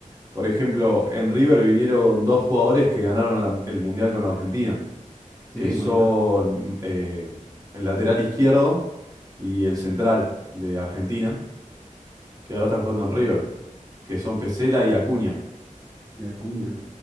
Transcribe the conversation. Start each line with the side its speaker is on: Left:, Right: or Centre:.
Right: Por ejemplo, en River vinieron dos jugadores que ganaron la- el Mundial con Argentina,
Centre: sí,
Right: que
Centre: imagínate,
Right: son eh, el lateral izquierdo y el central de Argentina, que ahora están jugando en River, que son Pesela y Acuña.
Centre: y Acuña.